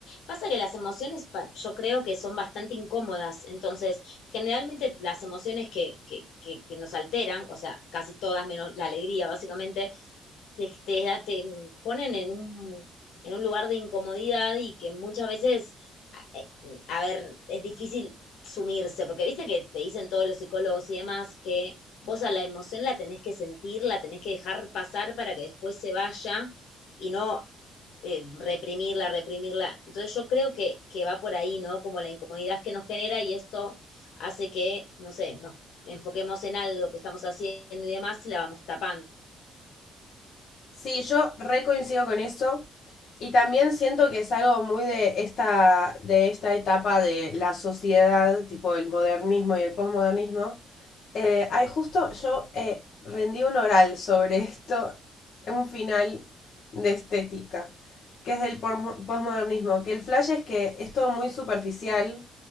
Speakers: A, on the left (about 75°); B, on the left (about 60°).
A: Pasa que las emociones, pa- yo creo que son bastante incómodas, entonces generalmente las emociones que, que, que, que nos alteran, o sea, casi todas menos la alegría, básicamente, se- te, da- te ponen en un, en un lugar de incomodidad y que muchas veces, a eh, a ver, es difícil sumirse, porque viste que te dicen todos los psicólogos y demás que vos a la emoción la tenés que sentir, la tenés que dejar pasar para que después se vaya y no eh, reprimirla, reprimirla. Entonces yo creo que, que va por ahí, ¿no? Como la incomodidad que nos genera y esto hace que, no sé, nos enfoquemos en algo que estamos haciendo y demás y la vamos tapando.
B: Sí, yo recoincido con eso. Y también siento que es algo muy de esta, de esta etapa de la sociedad, tipo el modernismo y el posmodernismo, Eh, ay, justo yo eh, rendí un oral sobre esto en un final de estética, que es del pormo- posmodernismo, que el flash es que es todo muy superficial